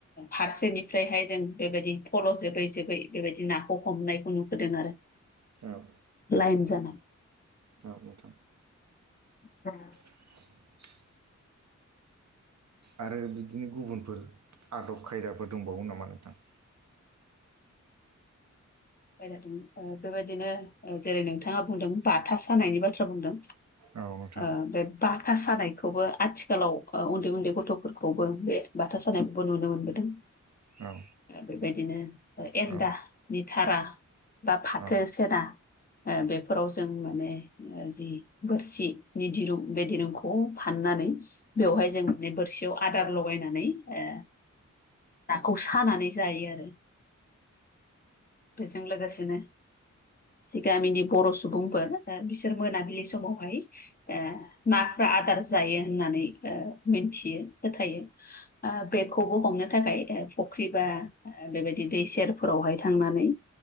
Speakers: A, on the left (about 30°); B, on the right (about 65°).
A: फारसेनिफ्रायहाय जों बेबायदि फल' जोबै जोबै बेबायदि नाखौ हमनायखौ नुबोदों आरो
B: औ
A: लाइन जाना
B: औ नोंथां
A: <unintelligible>
B: <inaudible> आरो बिदिनो गुबुनफोर आदब खायदाफोर दंबावो नामा नोंथां
A: <unintelligible> बेबायदिनो जेरै नोंथाङा बुंदों बाथा सानायनि बाथ्रा बुंदों
B: औ नोंथां
A: ओ बे बाथा सानायखौबो आथिखालाव उन्दै उन्दै गथ'फोरखौबो बे बाथा सानायबो नुनो मोनबोदों
B: औ
A: बेबायदिनो एन्दा
B: औ
A: थारा बा फाथो
B: औ
A: सेना बेफोराव जों माने जि बोरसिनि दिरुं बे दिरुंखौ फाननानै बेवहाय जों बोरसियाव आदार लगायनानै ओ नाखौ सानानै जायो आरो बेजों लोगोसेनो गामिनि बर' सुबुंफोर बिसोर मोनाबिलि समावहाय ओ नाफोरा आदार जायो होननानै ओ मोन्थियो फोथायो बेखौबो हमनो थाखाय फुख्रि बा आ बेबायदि दै सेरफोरावहाय थांनानै